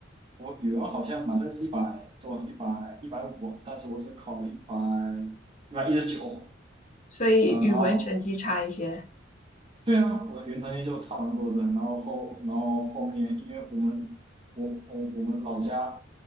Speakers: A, on the right; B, on the left.
A: 语文好像满分是一百多，一百一百五，150但是我只考了一百一百一十九。
B: 所以语文成绩差一些。
A: 嗯，然后对啊，我的原成绩就差蛮多的。然后后，然后后面，因为我们我我我们老家